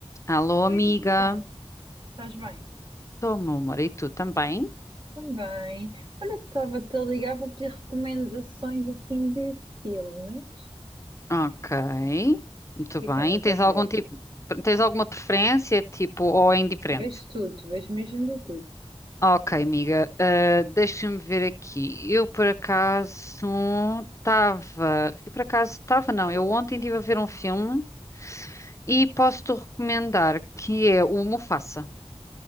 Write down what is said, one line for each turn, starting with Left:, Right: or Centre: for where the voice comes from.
Left: Alô,
Right: Oi,
Left: amiga.
Right: então, estás bem?
Left: Estou, meu amor. E tu também?
Right: Também. Olha, estava-te a ligar para pedir recomendações assim de filmes.
Left: Ok. Muito
Right: O que
Left: bem.
Right: é que andas
Left: Tens
Right: a
Left: algum
Right: ver?
Left: tipo, tens alguma preferência, tipo, ou é indiferente?
Right: Vejo tudo, vejo mesmo de tudo.
Left: Ok, amiga. Ah, deixa-me ver aqui. Eu, por acaso, estava... Eu, por acaso, estava, não. Eu ontem estive a ver um filme e posso-te recomendar, que é o Mufasa.